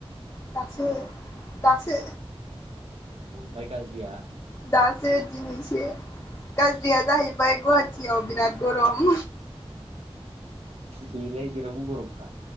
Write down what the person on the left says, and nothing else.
दासो दासो
दासो दिनैसो गाज्रिया जाहैबाय गुवाहाटियाव बिराद गरम